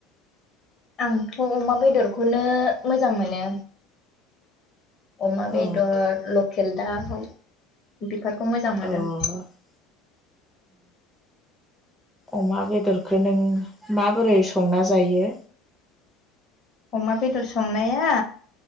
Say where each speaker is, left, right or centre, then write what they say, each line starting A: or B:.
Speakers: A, on the left; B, in the centre.
A: आंथ' अमा बेदरखौनो मोजां मोनो अमा बेदर
B: अ
A: लकेल दाव बेखौ मोजां मोनो
B: अ ओम अमा बेदरखौ नों माबोरै संना जायो
A: अमा बेदर संनाया